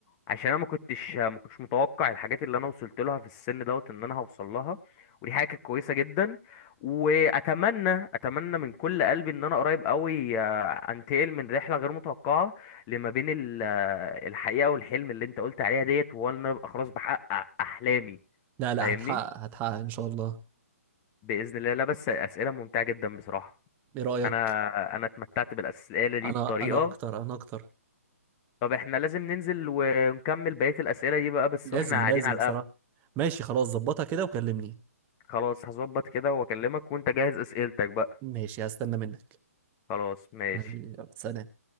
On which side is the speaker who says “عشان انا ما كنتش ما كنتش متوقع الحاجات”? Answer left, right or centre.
Left